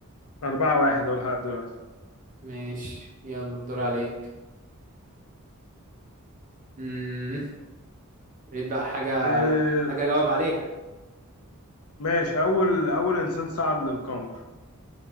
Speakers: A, on the left; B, on the right.
A: أربعة واحد أول لحد دلوقتي
B: <laughs> ماشي يلا الدور عليك امم ريت بقى حاجة
A: إيه
B: حاجة جاوب عليها
A: ماشي أول أول إنسان صعد للقمر